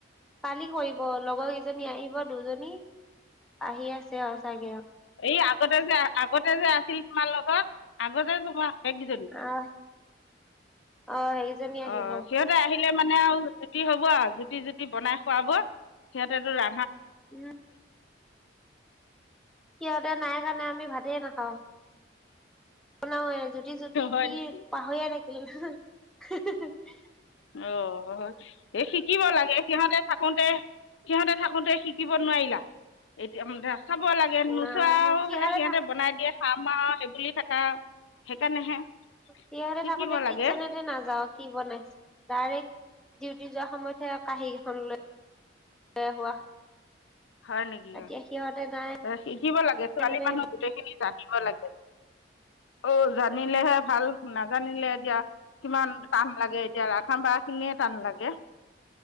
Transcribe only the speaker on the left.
এই আগতে যে আগতে যে আছিল তোমাৰ লগত আগতে তোমাৰ এককেইজনী
।
অ সিহঁতে আহিলে মানে আৰু জুতি হব আউ। জুতি-জুতি বনাই খুৱাব সিহঁতেতো ৰা
হয়
নেকি
অ' এই শিকিব লাগে সিহঁতে থাকোঁতে সিহঁতে থাকোতে শিকিব নোৱাৰিলা? এতিয়া ম চাব লাগে নোচোৱাও
সিহঁতে
বনাই দিয়ে আমাৰ সেইবুলি থাকে আউ, সেইকাৰণেহে।
শিকিব
লাগে
হয় নেকি
শিকিব লাগে, ছোৱালী
মানুহ গোটেই খিনি জানিব লাগে। অ জানিলেহে ভাল। নাজানিলে এতিয়া কিমান টান লাগে, এতিয়া ৰান্ধা বাৰা খিনিয়ে টান লাগে।